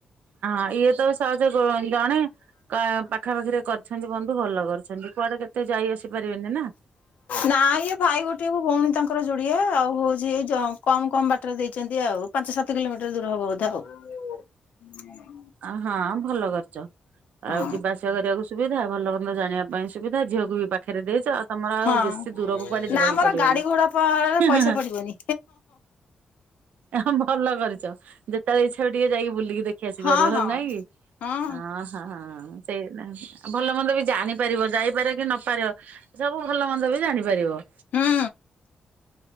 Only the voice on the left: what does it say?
ନାଇଁ ଇଏ ଭାଇ ଗୋଟିଏ କୁ ଭଉଣୀ ତାଙ୍କର ଯୁଡି଼ଏ ଆଉ ହଉଛି ତ କମ୍ କମ୍ ବାଟରେ ଦେଇଛନ୍ତି ଆଉ ପାଞ୍ଚ ସାତ କିଲୋମିଟର ଦୂର ହବ ବୋଧେ ଆଉ।
ହଁ
ହଁ
ନା
ଆମର
ଗାଡି ଘୋଡା ପରେ ପଇସା ପଡିବନି
ହଁ
ହଁ
ହଁ।
ହୁଁ।